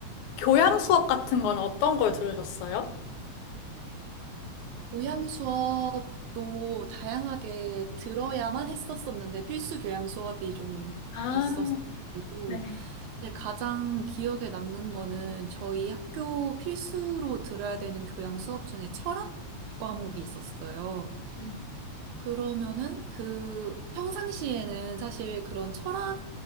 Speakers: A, on the left; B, on the right.
A: 교양 수업 같은 건 어떤 걸 들으셨어요?
B: 교양 수업도 다양하게 들어야만 했었었는데 필수 교양 수업이 좀
A: 아,
B: 있었고
A: 네.
B: 근데 가장 기억에 남는 거는 저희 학교 필수로 들어야 되는 교양 수업 중에 철학 과목이 있었어요.
A: 음.
B: 그러면은 그 평상시에는 사실 그런 철학